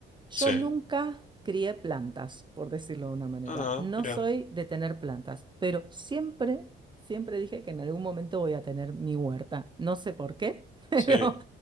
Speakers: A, on the right; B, on the left.
A: Yo
B: Sí.
A: nunca crié plantas, por decirlo de una manera.
B: Ah,
A: No
B: mira.
A: soy de tener plantas, pero siempre, siempre dije que en algún momento voy a tener mi huerta. No sé por qué, <laughs> pero,
B: Sí.